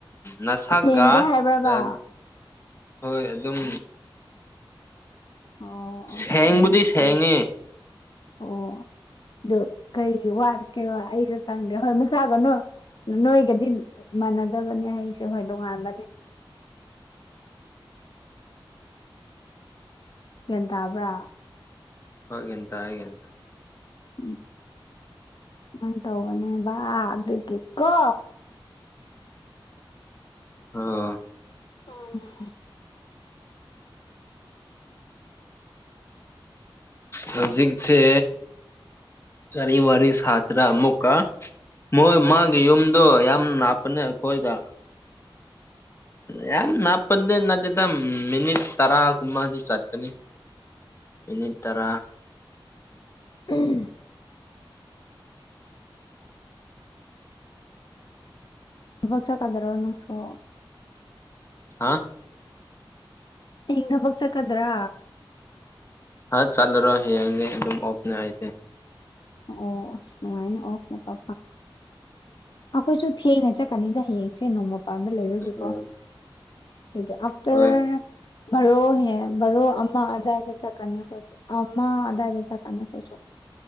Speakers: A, on the left; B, on the left.
A: ꯅꯁꯒ
B: ꯁꯦꯡꯗꯦ ꯍꯥꯏꯕ꯭ꯔꯕ
A: ꯑ ꯍꯣꯏ ꯑꯗꯨꯝ
B: ꯑꯣ ꯑꯣ
A: ꯁꯦꯡꯕꯨꯗꯤ
B: ꯁꯦꯡꯉꯣ ꯁꯦꯡꯉꯣ
A: ꯁꯦꯡꯉꯦ
B: ꯑꯣ ꯑꯗꯨ ꯀꯩ ꯋꯥꯠꯀꯦꯕ ꯑꯩꯗꯣ ꯈꯪꯗꯦꯕꯥ ꯃꯁꯥꯒ ꯅꯣꯏ ꯅꯣꯏꯒꯗꯤ ꯃꯥꯟꯅꯗꯕꯅꯦ ꯑꯩꯁꯦ ꯍꯣꯏ ꯗꯣꯉꯥꯟꯕꯅꯦ ꯒ꯭ꯌꯥꯟ ꯇꯥꯕ꯭ꯔꯥ
A: <unintelligible>
B: ꯎꯝ ꯁꯨꯃꯥꯏꯅ ꯇꯧꯕꯅꯦꯕ ꯑꯗꯨꯒꯤꯀꯣ
A: ꯑ
B: ꯎꯝ
A: ꯍꯧꯖꯤꯛꯁꯦ ꯀꯔꯤ ꯋꯥꯔꯤ ꯁꯥꯗ꯭ꯔ ꯑꯃꯨꯛꯀ ꯃꯣꯏ ꯃꯥꯒꯤ ꯌꯨꯝꯗꯣ ꯌꯥꯝ ꯅꯥꯞꯄꯅꯦ ꯑꯩꯈꯣꯏꯗ ꯌꯥꯝ ꯅꯥꯄ ꯅꯠꯇꯗ ꯃꯤꯅꯤꯠ ꯇꯔꯥ ꯀꯨꯝꯕꯗꯤ ꯆꯠꯀꯅꯤ
B: <unintelligible>
A: ꯏꯅꯤꯠ ꯇꯔꯥ
B: ꯎꯝ ꯣ ꯀꯗꯔꯣ ꯅꯪꯁꯨꯣ
A: ꯍꯥ
B: ꯍ ꯊꯕꯛ ꯆꯈꯗ꯭ꯔꯥ
A: ꯍ ꯆꯥꯂꯔꯣ ꯍ ꯑꯗꯨꯝ ꯑꯣꯐꯅꯦ ꯍꯥꯏꯦ
B: ꯑꯣ ꯅꯅꯨꯡꯉꯥꯏꯅ ꯑꯣ ꯐ ꯑ ꯀꯣꯏꯁꯨꯣ ꯊꯦꯡꯅ ꯆꯠꯀꯅꯤꯗ ꯍꯌꯦꯡꯁꯦ ꯅꯣꯡꯃ ꯄꯥꯟꯕ ꯂꯩꯕꯒꯦꯀꯣ
A: ꯎꯝ
B: ꯑꯥꯐꯇꯔ
A: ꯍꯣꯏ
B: ꯕꯥꯔꯣꯍꯦ ꯚꯔꯣ ꯑꯃ ꯑꯏꯗ ꯆꯠꯀꯅꯤ ꯑꯩꯈꯣꯏ ꯑꯃ ꯑꯗꯥꯗ ꯆꯀꯅꯤ ꯀꯣꯏ